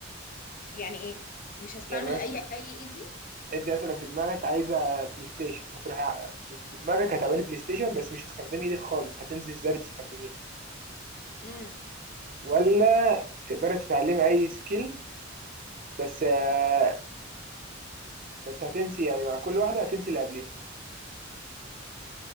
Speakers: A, on the left (about 45°); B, on the right (about 45°).
A: يعني ايه مش هستعمل
B: يعني مثلا
A: اي اي ايدي
B: انت مثلا في دماغك عايزه بلاي ستيشن هتروحي ع- بدماغك هتعملي بلاي ستيشن بس مش هتستخدمي ايدك خالص هتنسي ازاي بتستخدميها
A: امم
B: ولا تقدري تتعلمي اي سكيل بس آه، بس هتنسي يعني مع كل واحده هتنسي اللي قبليها